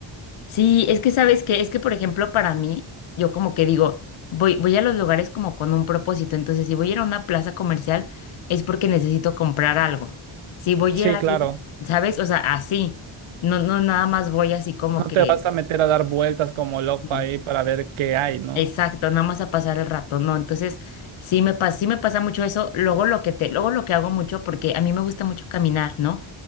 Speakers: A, on the left (about 75°); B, on the right (about 75°).
A: sí, es que sabes que, es que por ejemplo para mí, yo como que digo, voy, voy a los lugares como con un propósito. Entonces, si voy a ir a una plaza comercial es porque necesito comprar algo. Si voy
B: Sí,
A: a ir a,
B: claro,
A: ¿sabes? O sea, así. No, no, nada más voy así como
B: no
A: que
B: te vas a meter a dar vueltas como loco
A: Sí,
B: ahí para ver qué hay, ¿no?
A: Exacto, nada más a pasar el rato, ¿no? Entonces, sí me pasa, sí me pasa mucho eso. Luego lo que te, luego lo que hago mucho, porque a mí me gusta mucho caminar, ¿no?